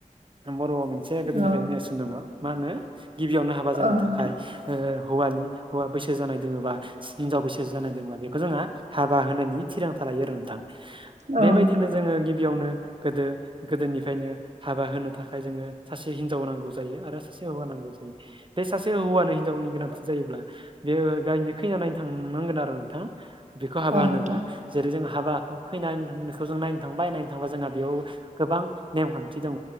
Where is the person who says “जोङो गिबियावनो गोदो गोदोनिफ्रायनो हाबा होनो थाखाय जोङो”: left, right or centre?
Right